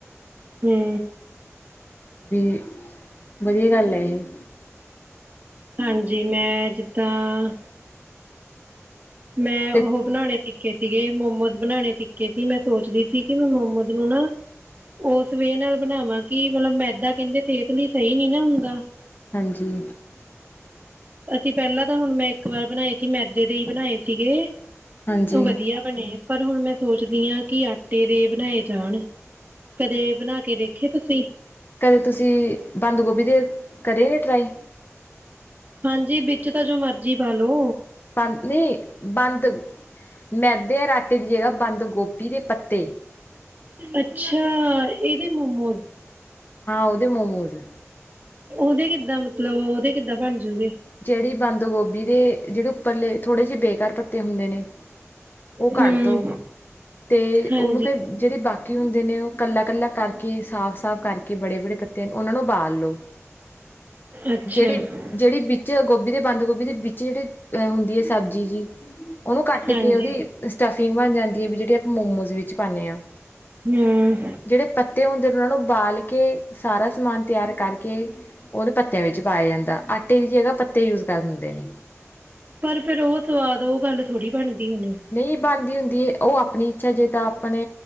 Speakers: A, on the right (about 35°); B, on the left (about 40°).
A: ਹੂੰ।
B: ਵੀ ਵਧੀਆ ਗੱਲ ਆ ਇਹੇ।
A: ਹਾਂਜੀ, ਮੈਂ ਜਿੱਦਾਂ। ਮੈਂ
B: ਫਿਰ
A: ਓਹੋ ਬਣਾਣੇ ਸੀ। ਸਿੱਖੇ ਸੀਗੇ ਮੋਮੋਜ਼ ਬਣਾਣੇ ਸਿੱਖੇ ਸੀ ਮੈਂ ਸੋਚ ਰਹੀ ਸੀ ਕਿ ਮੈਂ ਮੋਮੋਜ਼ ਨੂੰ ਨਾ ਉਸ ਵੇਹ ਨਾਲ ਬਣਾਵਾਂ ਕਿ ਮਤਲਬ ਮੈਦਾ ਕਹਿੰਦੇ ਸਿਹਤ ਲਈ ਸਹੀ ਨੀ ਹੁੰਦਾ
B: ਹਾਂਜੀ!
A: ਅਸੀਂ ਪਹਿਲਾਂ ਤਾਂ ਹੁਣ ਮੈਂ ਇੱਕ ਵਾਰ ਬਣਾਏ ਸੀ ਮੈਦੇ ਦੇ ਹੀ ਬਣਾਏ ਸੀਗੇ
B: ਹਾਂਜੀ।
A: ਓ ਵਧੀਆ ਬਣੇ ਪਰ ਹੁਣ ਮੈਂ ਸੋਚਦੀ ਆ ਕਿ ਆਟੇ ਦੇ ਬਣਾਏ ਜਾਣ ਕਦੇ ਬਣਾ ਕੇ ਦੇਖੇ ਤੁਸੀਂ?
B: ਕਦੇ ਤੁਸੀਂ ਬੰਦ ਗੋਭੀ ਦੇ ਕਰੇ ਨੇ ਟਰਾਈ
A: ਹਾਂਜੀ, ਵਿੱਚ ਤਾਂ ਜੋ ਮਰਜੀ ਪਾਲੋ
B: ਪਤ ਨਈ ਬੰਦ ਮੈਦੇ ਔਰ ਆਟੇ ਦੀ ਜਗ੍ਹਾ ਬੰਦ ਗੋਭੀ ਦੇ ਪੱਤੇ।
A: ਅੱਛਾ! ਏਦੇ ਮੋਮੋਜ਼।
B: ਹਾਂ ਉਦੇ ਮੋਮੋਜ਼।
A: ਉਦੇ ਕਿੱਦਾਂ ਮਤਲਬ ਉਦੇ ਕਿੱਦਾਂ ਬਨਜੂਗੇ।
B: ਜਿਹੜੀ ਬੰਦ ਗੋਭੀ ਦੇ ਜਿਹੜੇ ਉੱਪਰਲੇ ਥੋੜੇ ਜਿਹੇ ਬੇਕਾਰ ਪੱਤੇ ਹੁੰਦੇ ਨੇ। ਓ ਕੱਢ
A: ਹਮ
B: ਦੋ ਤੇ
A: ਹਾਂਜੀ
B: ਉਨੂੰ ਫੇਰ ਜੇੜੇ ਬਾਕੀ। ਹੁੰਦੇ ਨੇ ਓ ਕੱਲਾ-ਕੱਲਾ ਕਰਕੇ ਸਾਫ਼-ਸਾਫ਼ ਕਰਕੇ ਬੜੇ-ਬੜੇ ਪੱਤੇ ਉਨਾਂ ਨੂੰ ਬਾਲ ਲੋ।
A: ਅੱਛਾ
B: ਜੇੜੀ ਜੇੜੀ। ਵਿੱਚ ਗੋਭੀ ਦੇ ਬੰਦ ਗੋਭੀ ਦੇ ਵਿੱਚ ਜੇਹੜੀ ਅਹ ਹੁੰਦੀ ਆ ਸਬਜ਼ੀ ਜੀ ਉਨੂੰ ਕੱਟ
A: ਹਾਂਜੀ
B: ਕੇ ਉਦੀ। ਸਟਫਿੰਗ ਬਣ ਜਾਂਦੀ ਆ ਵੀ ਜਿਹੜੀ ਆਪਾਂ ਮੋਮੋਜ਼ ਵਿੱਚ ਪਾਂਨੇ ਆ।
A: ਹੂੰ।
B: ਜਿਹੜੇ ਪੱਤੇ ਹੁੰਦੇ ਨੇ ਉਨਾਂ ਨੂੰ ਬਾਲ ਕੇ ਸਾਰਾ ਸਮਾਨ ਤਿਆਰ ਕਰਕੇ ਉਦੇ ਪੱਤਿਆਂ ਵਿੱਚ ਪਾਇਆ ਜਾਂਦਾ ਆਟੇ ਦੀ ਜਗ੍ਹਾ ਪੱਤੇ ਯੂਜ ਕਰ ਦਿੰਦੇ ਨੇ।
A: ਪਰ ਫੇਰ ਓ ਸਵਾਦ ਓ ਗੱਲ ਥੋੜ੍ਹੀ ਬਣਦੀ ਹੋਣੀ।
B: ਨਈ ਜੀ ਬਣਦੀ ਹੁੰਦੀ ਆ ਜੀ ਓ ਆਪਣੀ ਇੱਛਾ ਜਿੱਦਾਂ ਆਪਣੇ।